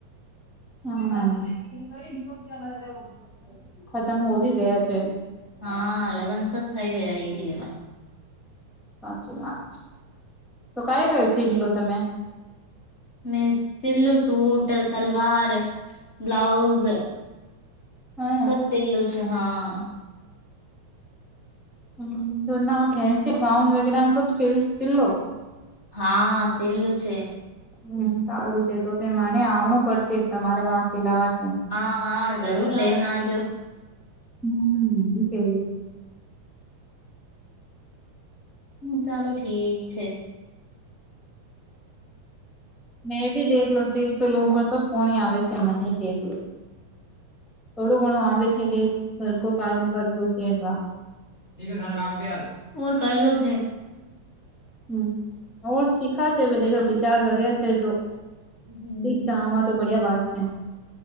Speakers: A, in the centre; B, on the left.
A: હા
B: <unintelligible>
A: તમ હોવી ગયો છે.
B: હા લગ્નસ જ થઈ ગયા ઈ લ એવા.
A: સાચી વાત છે. તો કઈ કઈ સીલ લો તમે?
B: મેં સિલ્લું સૂટ, સલવાર, બ્લાઉઝ
A: હે.
B: સબ સીલ લું છે હા.
A: હ તો ના ફેન્સી ગાઉન વગેરા સબ સ સિલ્લો
B: હા સિલ્લ્લું છે
A: હમ સારું છે તોે મને આવણું પડશે તમારે વાંચ લવા છે
B: હા હા જરૂર લેવ નાજો
A: હમ સ છે
B: હમ ચાલો ઠીક છે
A: મેં ભી દેખલો સિલ્કલ ઉપર સબ કોને આવે છે મને દેખલો થોડો ઘણું આવે છે દ ઘર કો કામ કરલું છે એવા
B: કરલો છે
A: હમ હ જ શીખા છે બે દ વિચાર કર્યા છે જો
B: હમ
A: જ તો બડિયા વાત છે